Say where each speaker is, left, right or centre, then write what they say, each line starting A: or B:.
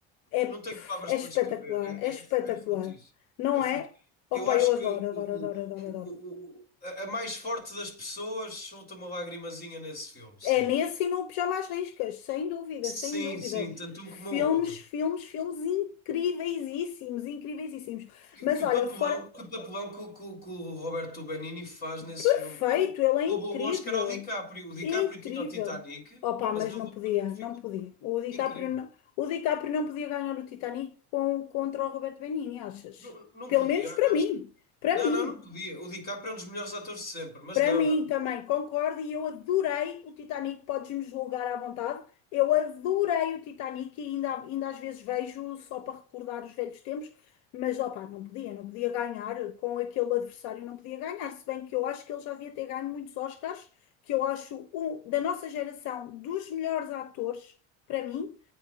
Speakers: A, on the left (about 65°); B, on the left (about 25°).
A: É,
B: não tenho
A: pff,
B: palavras
A: é
B: para
A: espetacular,
B: descrever. É,
A: é espetacular.
B: é, é fortíssimo.
A: Não
B: É fortíssimo.
A: é? Opa,
B: Eu acho
A: eu adoro,
B: que
A: adoro,
B: o, o-
A: adoro, adoro, adoro.
B: o- o- a a mais forte das pessoas solta uma lagrimazinha nesse filme, sim.
A: É nesse e no Pijama às Riscas, sem dúvida,
B: Sim,
A: sem dúvida.
B: sim, tanto um
A: Filmes,
B: como o outro.
A: filmes, filmes incríveisíssimos, incríveisíssimos.
B: Que,
A: Mas
B: que
A: olha,
B: papelão,
A: fora,
B: que papelão que, o que o- que o Roberto Benigni faz nesse
A: perfeito,
B: filme. Rou-
A: ele é
B: Roubou
A: incrível.
B: o Oscar ao DiCaprio. O DiCaprio
A: Incrível.
B: tinha o Titanic,
A: Opa,
B: mas
A: mas
B: ele
A: não
B: roubou-
A: podia,
B: ficou
A: não podia. O DiCaprio
B: incrível.
A: não, o DiCaprio não podia ganhar o Titanic com, contra o Roberto Benigni, achas?
B: Não, não
A: Pelo
B: podia,
A: menos para
B: acho
A: mim,
B: que.
A: para
B: Não,
A: mim.
B: não, não podia. O DiCaprio é um dos melhores atores de sempre, mas
A: Para
B: não,
A: mim
B: não.
A: também, concordo, e eu adorei o Titanic, podes-me julgar à vontade. Eu adorei o Titanic e ainda, ainda às vezes vejo só para recordar os velhos tempos, mas opá, não podia, não podia ganhar com aquele adversário, não podia ganhar, se bem que eu acho que ele já devia ter ganho muitos Oscars, que eu acho um da nossa geração dos melhores atores, para mim,